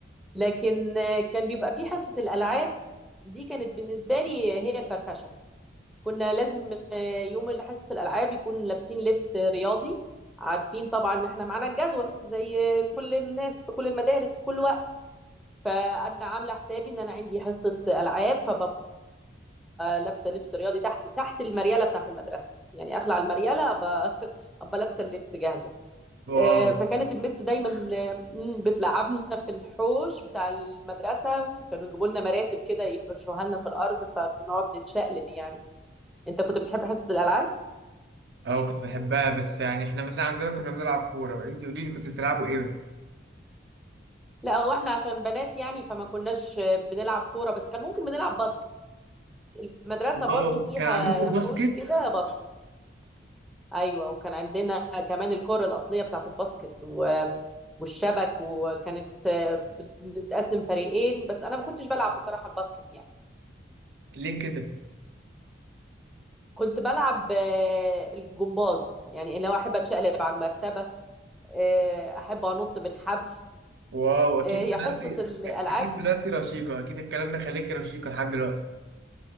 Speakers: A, in the centre; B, on the right.
A: لكن آه، كان بيبقى فيه حصه الالعاب دي كانت بالنسبه لي هي الفرفشه كنا لازم آه، يوم حصه الالعاب يكون لابسين لبس رياضي عارفين طبعا ان احنا معانا الجدول زي كل الناس في كل المدارس في كل وقت فانا عامله حسابي ان انا عندي حصه العاب فببقى لابسه لبس رياضي تحت تحت المرياله بتاعه المدرسه يعني اخلع المرياله ابقى <laughs> ابقى لابسه اللبس جاهزه
B: واو
A: آه، فكانت المس دايما آه، مم، بتلعبنا في الحوش بتاع المدرسه وكانوا يجيبوا لنا مراتب كده يفرشوها لنا في الارض فنقعد نتشقلب يعني انت كنت بتحب حصه الالعاب
B: أه كنت بحبها بس يعني إحنا مثلا عندنا كنا بنلعب كورة أنت قولي لي كنت بتلعبوا إيه؟
A: لا هو احنا عشان بنات يعني فما كناش آه، بنلعب كوره بس كان ممكن بنلعب باسكت المدرسه
B: واو
A: برضو فيها
B: كان عندكم
A: حوش
B: باسكت؟
A: كده باسكت ايوه وكان عندنا كمان الكرة الاصليه بتاعت الباسكت و... والشبك وكانت آه، بنتقسم فريقين بس انا ما كنتش بلعب بصراحه الباسكت يعني
B: ليه كده؟
A: كنت بلعب آه، الجمباز يعني اللي هو احب اتشقلب على المرتبه آه، احب انط بالحبل
B: واو اكيد
A: آه، هي
B: طلعتي
A: حصه الالعاب
B: اكيد طلعتي رشيقه اكيد الكلام ده خليكي رشيقه لحد دلوقتي